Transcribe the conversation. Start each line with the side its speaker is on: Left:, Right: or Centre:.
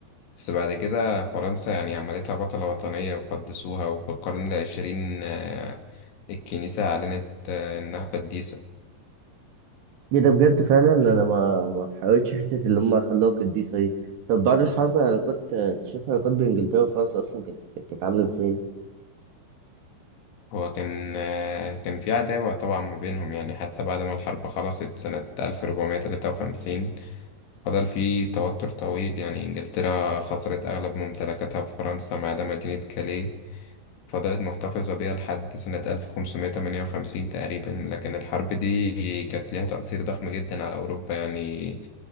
Left: بس بعد كده فرنسا يعني عملتها بطلة وطنية وقدسوها وفي القرن العشرين آه، الكنيسة أعلنت آه، إنها قديسة
Right: إيه ده بجد فعلا أنا ما ما حاولتش حتة اللي هم خلوها قديسة دي طب بعد الحرب العلاقات آه، شايف العلاقات بين إنجلترا وفرنسا أصلا كانت كانت عاملة إزاي؟
Left: هو كان آه، كان في عداوة طبعا ما بينهم يعني حتى بعد ما الحرب خلصت سنة 1453 فضل في توتر طويل يعني إنجلترا خسرت أغلب ممتلكاتها في فرنسا ما عدا مدينة كاليه فضلت محتفظة بيها لحد سنة 1558 تقريبا لكن الحرب دي كانت ليها تأثير ضخم جدا على أوروبا يعني